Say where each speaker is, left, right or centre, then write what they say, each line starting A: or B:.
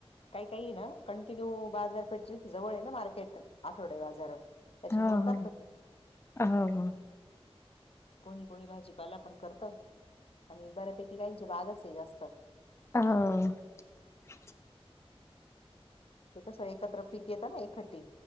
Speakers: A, on the left (about 65°); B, on the left (about 25°).
A: कांहीं कांहीं आहे नां कंटिन्यू बाजांरपेठची जवळं आहे नां मार्केट आठवड्यांत बाजांर त्यांच्या
B: हो
A: मुळे करतांत
B: हो
A: की
B: हो हो
A: कोणी कोणी भाजीपाला पणं करतं आणि बऱ्यांपैकी कांहीं बारसं आहे जास्तं
B: हा.
A: ते कस एकत्र पीक येत ना एक खट्टी.